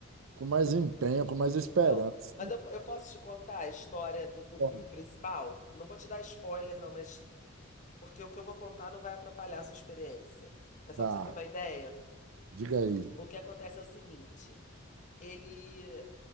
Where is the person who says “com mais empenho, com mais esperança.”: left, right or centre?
Right